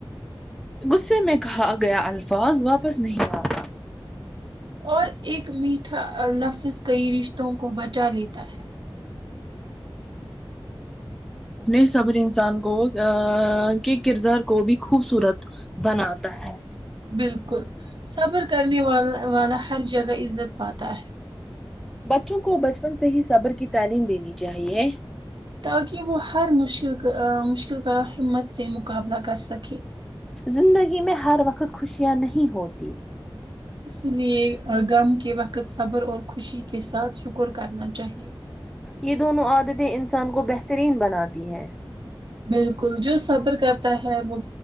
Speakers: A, in the centre; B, on the right.
A: غصے میں کہا گیا الفاظ واپس نہیں آ
B: اور ایک میٹھا لفظ کئی رشتوں کو بچا لیتا ہے
A: اپنے صبر انسان کو ا کے کردار کو بھی خوبصورت بناتا ہے
B: بالکل سفر کرنے والا والا ہر جگہ عزت پاتا ہے
A: بچوں کو بچپن سے ہی صبر کی تعلیم دینی چاہیے
B: تاکہ وہ ہر مشکل کا مشکل کا ہمت سے مقابلہ کر سکے
A: زندگی میں ہر وقت خوشیاں نہیں ہوت
B: اس لیے غم کے وقت صبر اور خوشی کے ساتھ شکر کرنا چاہیے
A: یہ دونوں عادتیں انسان کو بہترین بناتی ہیں
B: بالکل جو سفر کرتا ہے وہ